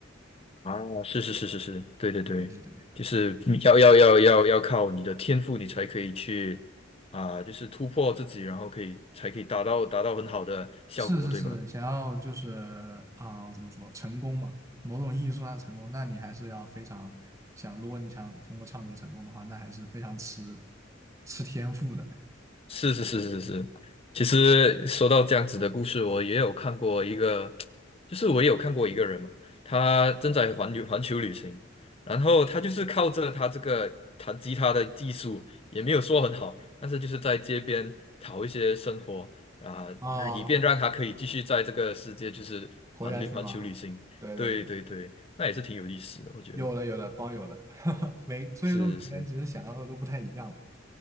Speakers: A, on the left; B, on the right.
A: 啊，是是是是是，对对对，
B: 对对对，
A: 就是你要要要要要靠你的天赋，你才可以去啊，就是突破自己，然后可以才可以达到达到很好的效果，
B: 是是是，
A: 对吧？
B: 想要就是啊，怎么说成功嘛？某种意义说上成功，那你还是要非常想，如果你想通过唱歌成功的话，那还是非常吃吃天赋的
A: 是是是是是，其实说到这样子的故事，我也有看过一个，就是我也有看过一个人嘛，他正在环游环球旅行，然后他就是靠着他这个弹吉他的技术，也没有说很好，但是就是在街边讨一些生活啊，
B: 啊。
A: 以便让他可以继续在这个世界就是环旅环球旅行。
B: 活下去嘛，对对对，
A: 对对对，那也是挺有意思的，我觉得
B: 有的有的包有的，<laughs> 每所以说每天其实想要的都不太一样
A: 是是